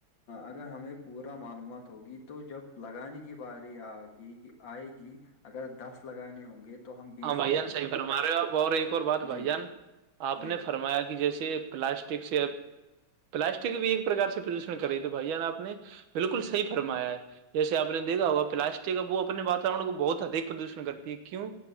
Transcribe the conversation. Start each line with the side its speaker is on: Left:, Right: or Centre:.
Left: اگر ہمیں پورا معلومات ہوگی تو جب لگانے کی باری آ گئی آئے گی اگر دس لگانے ہوں گے تو ہم بیس
Right: ہاں بھائی
Left: لگائیں
Right: جان صحیح
Left: گے
Right: فرما رہے ہو آپ اور ایک اور بات بھائی
Left: جی
Right: جان آپ
Left: جی
Right: نے فرمایا کہ جیسے پلاسٹک سے پلاسٹک بھی ایک پرکار سے پردوشن کر رہی تو بھائی جان آپ نے بالکل صحی فرمایا ہے جیسے آپ نے دیکھا ہوگا پلاسٹک اب وہ اپنے واورن کو بہت ادک پردوشن کرتی ہے کیوں